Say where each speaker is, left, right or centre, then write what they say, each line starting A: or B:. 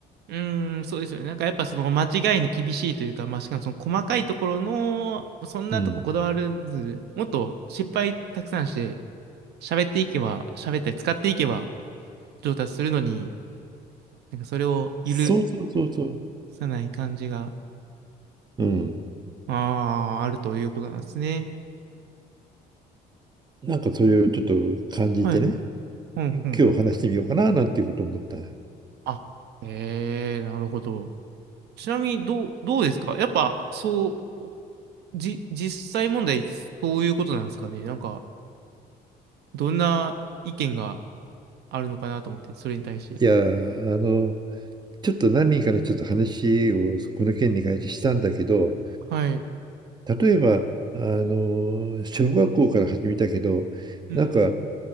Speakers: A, on the right; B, on the right.
A: うーん、そうですよね。なんかやっぱその間違いに厳しいというか、まあしかもその細かいところの、そんなとここだわらず、
B: うん。
A: もっと失敗たくさんして、喋っていけば、喋ったり使っていけば上達するのに、なんかそれを許
B: そうそうそうそ
A: さない感じが、
B: う。うん。
A: ああ、あるということなんですね。
B: なんかそれをちょっと感じてね、
A: はい。うん、うん、
B: 今日話してみようかななんていうことを思った。
A: うん、うん。
B: い
A: あ、ええー、なるほど。ちなみにどう、どうですかやっぱ、そう、じ、実際問題、そういうことなんですかねなんか、どんな意見があるのかなと思って、それに対して。
B: やー、あの、ちょっと何人かのちょっと話をこの件に関してしたんだけど、
A: はい。
B: 例えば、あの、小学校から始めたけど、
A: うん。
B: なんか